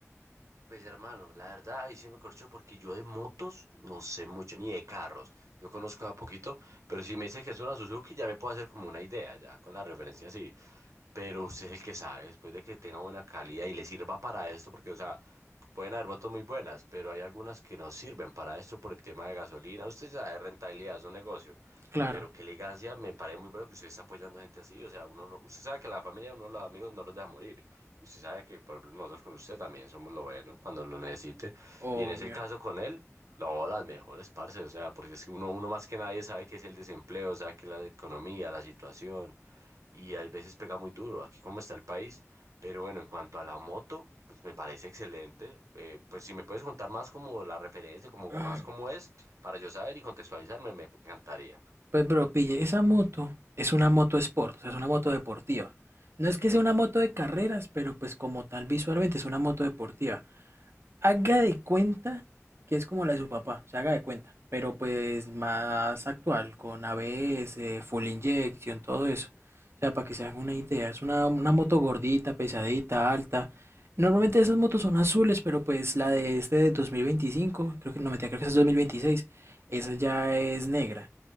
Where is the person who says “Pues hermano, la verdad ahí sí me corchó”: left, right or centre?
Right